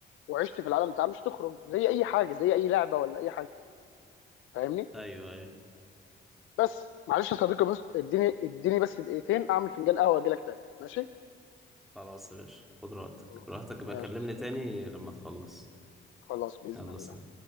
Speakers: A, on the left; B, in the centre.
A: وعشت في العالم بتاعها مش هتخرج زي اي حاجه زي اي لعبه ولا اي حاجه فاهمني
B: ايوه ايوه
A: بس معلش يا صديقي بس اديني اديني بس دقيقتين اعمل فنجان قهوه واجي لك تاني ماشي
B: خلاص يا باشا خد راحتك
A: خلاص
B: براحتك
A: ماشي
B: بقى كلمني
A: يا صديقي
B: تاني لما تخلص
A: خلاص باذن
B: يلا
A: الله
B: سلام